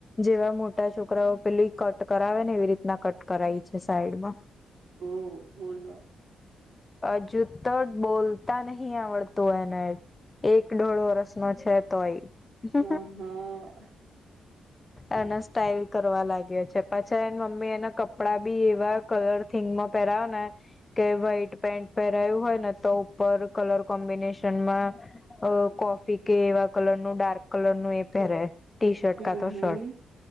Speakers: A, on the left; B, on the right.
A: જેવા મોટા છોકરાઓ પેલી કટ કરાવે ને એવી રીતના કટ કરાવી છે સાઈડમાં-'
B: ઓહ બોલો.
A: હજુ તો બોલતા નહી આવડતું એને એક દોઢ વર્ષ છેા તય,
B: અ હા
A: એને સ્ટાઇલ કરવા લાગ્યો છે પાછા એ મમ્મી એના કપડા બી એવા કલર થિંગ માં પેરાવેને ને કે વ્હાઈટ પેન્ટ પહેરાયું હોય ને તો ઉપર કલર કોમ્બિનેશનમાં અ કોફી કે એવા કલર નું ડાર્ક કલર નું એ પહેરે ટી શર્ટ
B: હમ
A: કાતો
B: હમ
A: શર્ટ